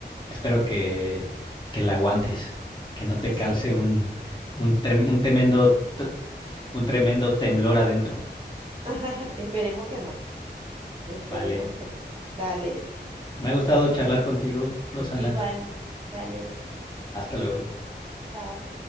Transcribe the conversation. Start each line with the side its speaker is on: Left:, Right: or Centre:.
Left: Espero que, que la aguantes, que no
Right: Sí,
Left: te cause
Right: sí.
Left: un, un, trem- un tremendo, t- un tremendo temblor adentro.
Right: <laughs> Esperemos que no. Esperemos
Left: Vale.
Right: que no. Dale.
Left: Me ha gustado charlar contigo, Rosana.
Right: Igual. Dale.
Left: Hasta luego.
Right: Chao.